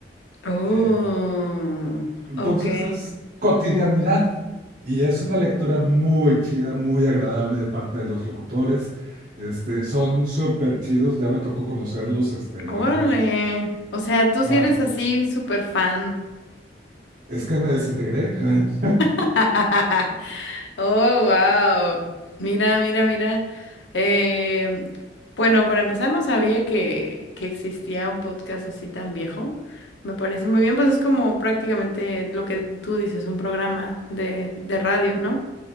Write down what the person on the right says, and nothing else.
Eh, entonces
es cotidianidad y es una lectura muy chida, muy agradable de parte de los locutores. Este, son súper chidos, ya me tocó conocerlos este, el
año pasado.
Ah,
es que me desintegré. <laughs>